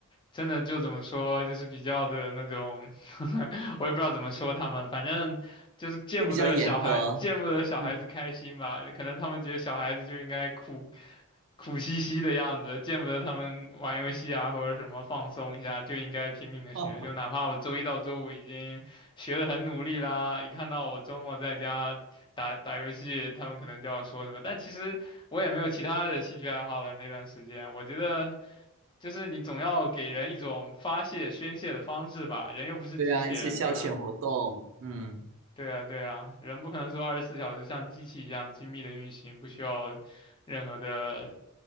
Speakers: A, on the left; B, on the right.
A: 真的就怎么说，就是比较的那种，<laughs> 我也不知道怎么说他们，反正就是见不得小孩，
B: 就比较严格。
A: 见不得小孩子开心吧。
B: 嗯，
A: 可能他们觉得小孩子就应该苦苦兮兮的样子，见不得他们玩游戏啊或者什么放松一下，就应该拼命的学。
B: <laughs>
A: 就哪怕我周一到周五已经学的很努力啦，一看到我周末在家打打游戏，他们可能就要说什么，但其实我也没有其他的兴趣爱好了。那段时间，我觉得。就是你总要给人一种发泄、宣泄的方式吧，人又不是机器人，
B: 对啊，一些消遣活动，
A: 对吧？
B: 嗯。
A: 对啊，对啊，人不可能说二十四小时像机器一样精密的运行，不需要任何的